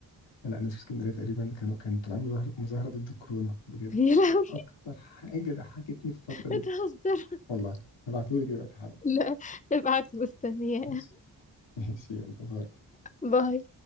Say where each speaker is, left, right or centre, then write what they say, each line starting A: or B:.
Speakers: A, on the left; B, on the left.
A: لا الناس في اسكندريه تقريبا كانوا كانوا طالعين مظاهر- مظاهره ضد الكورونا بجد
B: <laughs> يا لهوي
A: اكتر حاجه ضحكتني في الفتره دي
B: بتهزر
A: والله هبعتهولك دلوقتي حالا
B: لا ابعت مستنية
A: ماشي ماشي يلا باي
B: باي